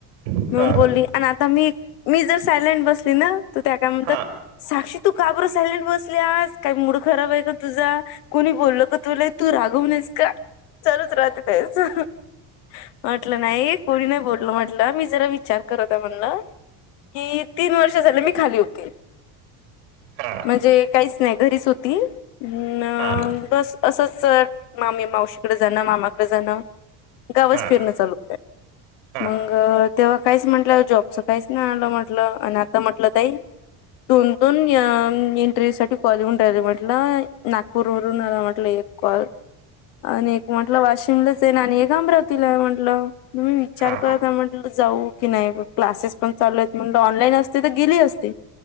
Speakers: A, on the right; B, on the left.
A: हा
B: मग बोलली आणि आता मी, मी जर सायलेंट बसली ना तर त्या काय म्हणतात
A: हा
B: साक्षी, तू का बर सायलेंट बसली आज? काही मूड खराब आहे का तुझा? कोणी बोललं का तुला? तू रागवूनस का? चालूच राहते त्यांचं. म्हटलं नाही, कोणी नाही बोलल म्हटलं. मी जरा विचार करत म्हणलं. ही तीन वर्ष झाली मी खाली होते.
A: हा.
B: म्हणजे काहीच नाही घरीच होती. अ
A: हा
B: बस असंच मामीमावशीकडे जाणं, मामाकडे जाणं, गावच
A: हा
B: फिरणं चालू होतं.
A: हा
B: मंग अ तेव्हा काहीच म्हटलं, जॉबचं काहीच नाही आलं म्हटलं अन आता म्हटलं ताई, दोन - दोन अ एंटरवू साठी कॉल येऊन राहिले म्हटलं. नागपूर वरून आला म्हटलं एक कॉल. अन एक म्हटलं वाशिमलाचय आणि एक अमरावतीलाय म्हटलं. मी विचार
A: हा
B: करत नाय म्हट जाऊ की नाही. क्लासेस पण चालू आहेत म्हटलं ऑनलाईन असते तर गेली असते.